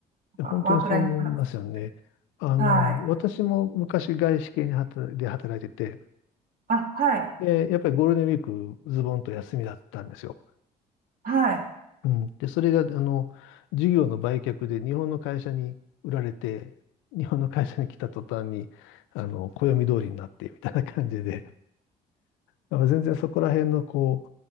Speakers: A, on the right; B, on the left.
A: <laughs> ワークライフバランス。
B: 本当にそう思いますよね。あの、
A: はい。
B: 私も昔外資系に働で働いてて、
A: あ、はい。
B: で、やっぱりゴールデンウィークズボンと休みだったんですよ。
A: はい。
B: うん、で、それが、あの、事業の売却で日本の会社に売られて、日本の会社に来た途端に、あの、暦通りになって、みたいな感じで、まあ全然そこら辺の、こ